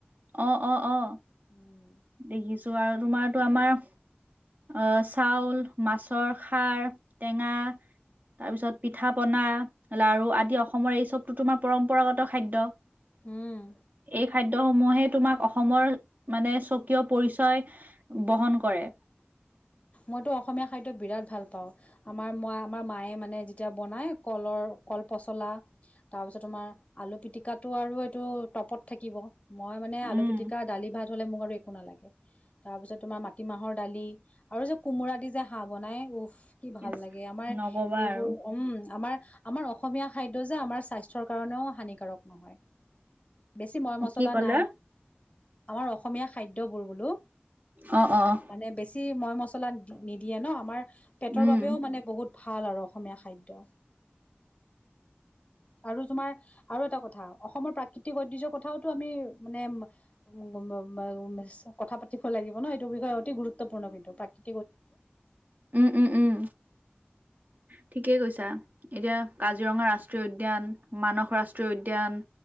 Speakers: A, on the right (about 50°); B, on the left (about 35°).
A: অঁ, অঁ, অঁ।
B: <inaudible>
A: দেখিছো আৰু তোমাৰটো আমাৰ- আহ চাউল, মাছৰ খাৰ, টেঙা- তাৰ পিছত পিঠা পনা, লাৰু আদি অসমৰ এই চবতোটো তোমাৰ পৰম্পৰাগত খাদ্য।
B: উম
A: এই খাদ্য সমূহে তোমাক অসমৰ মানে - স্বকীয় পৰিচয় বহন কৰে।
B: মইতো অসমীয়া খাদ্য বিৰাট ভাল পাওঁ। আমাৰ মই আমাৰ মায়ে মানে যেতিয়া বনায় কলৰ কল পচলা- তাৰ পিছত তোমাৰ আলু পিটিকাটো আৰু এইটো টপত থাকিব। মই মানে আলু
A: উম
B: পিটিকা, দালি ভাত হ'লে মোক আৰু একো নালাগে। তাৰপিছত তোমাৰ মাটিমাহৰ দালি। আৰু যে কোমোৰা দি যে হাঁহ বনায় উফ! কি ভাল
A: ইচ,
B: লাগে! আমাৰ
A: নকবা
B: এইবোৰ
A: আৰু
B: উম, আমাৰ- আমাৰ অসমীয়া খাদ্য যে আমাৰ স্বাস্থ্যৰ কাৰণেও হানিকাৰক নহয়। বেছি ময়
A: অ,
B: -মছলা
A: কি ক'লা?
B: নাই, আমাৰ অসমীয়া খাদ্যবোৰ বোলো।
A: অঁ, অঁ, অঁ।
B: মানে বেছি ময়- মছলা দি নিদিয়ে ন, আমাৰ পেটৰ
A: উম
B: বাবেও মানে বহুত- ভাল আৰু অসমীয়া খাদ্য।
A: <inaudible>
B: আৰু তোমাৰ আৰু এটা কথা অসমৰ প্ৰাকৃতিক ঐতিহ্যৰ কথাওটো আমি মানে- ম-ম-ম কথা পাতিব লাগিব ন, এইটো বিষয়ে অতি গুৰুত্বপূৰ্ণ কিন্তু। প্ৰাকৃ-
A: উম, উম, উম। ঠিকেই কৈছা এতিয়া কাজিৰঙা ৰাষ্ট্ৰীয় উদ্যান মানস ৰাষ্ট্ৰীয় উদ্যান